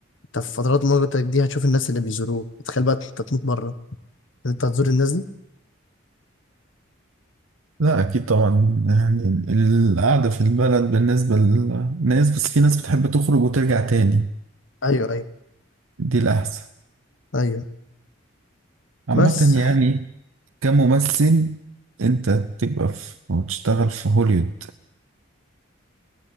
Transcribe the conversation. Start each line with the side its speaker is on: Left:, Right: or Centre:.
Left: طب في فترات مغلقتك دي هتشوف الناس اللي بيزوروك تخيل بقى انت تموت بره ان انت هتزور الناس دي
Right: لا اكيد طبعا يعني القعدة في البلد بالنسبة للناس بس في ناس بتحب تخرج وترجع تاني
Left: ايوه ايوه
Right: دي الاحسن
Left: ايوه
Right: عامة
Left: بس
Right: يعني كممثل انت تبقى في وتشتغل في هوليوود